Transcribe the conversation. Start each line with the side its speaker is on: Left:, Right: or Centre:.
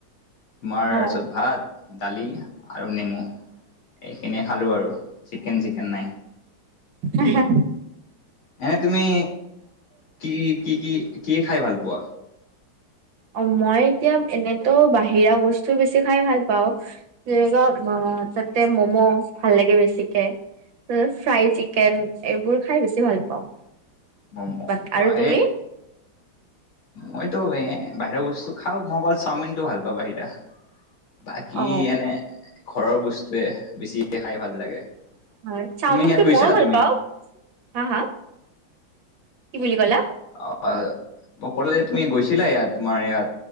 Left: তোমাৰ
Right: অ
Left: ভাত। দালি আৰু নেমু এইখিনিয়ে খালোঁ আৰু চিকেন চিকেন নাই।
Right: হে হে।
Left: এনে তুমি কি কি কি কি খাই ভাল পোৱা।
Right: অ মই এতিয়া এনেতো বাহিৰা বস্তু বেছি খাই ভাল পাওঁ যেনেকুৱা। অ তাতে মম' ভাল লাগে বেছিকে। ফ্ৰাই চিকেন এইবোৰ খাই বেছি ভাল পাওঁ।
Left: ম'ম
Right: বাক আৰু তুমি
Left: এ। মইতো এ বাহিৰৰ বস্তু খাওঁ মই অকল চাওমিনতটো ভাল পাওঁ বাহিৰা। বাকী
Right: অ
Left: এনে ঘৰৰ বস্তুৱে বেছি খাই ভাল লাগে।
Right: অ চাওমিনটো
Left: তুমি ইয়াত গৈছা
Right: মই ভাল
Left: তুমি
Right: পাওঁ হা হা কি বুলি কলা।
Left: অ মই অকলে তুমি গৈছিলা ইয়াত তোমাৰ ইয়াত।